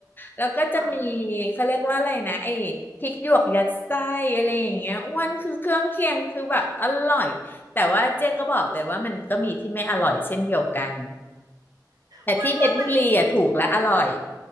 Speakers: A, on the left; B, on the right.
A: แล้วก็จะมี
B: ฝอย
A: เขาเรียกว่าอะไรนะไอ้พริกหยวกยัดไส้อะไรอย่างเงี้ยอ้วนคือเครื่องเคียงคือแบบอร่อยแต่ว่าเจ๊ก็บอกเลยว่ามันก็มีที่ไม่อร่อยเช่นเดียวกัน แต่ที่เพชรบุรีอ่ะถูกและอร่อย
B: อ้วนว่ามัน